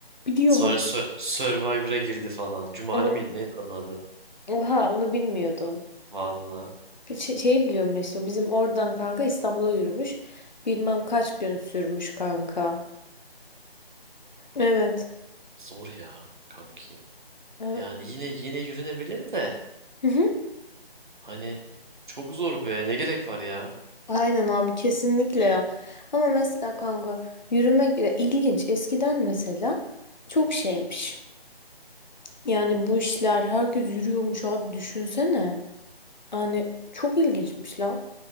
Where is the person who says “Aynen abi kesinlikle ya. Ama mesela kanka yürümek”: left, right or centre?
Left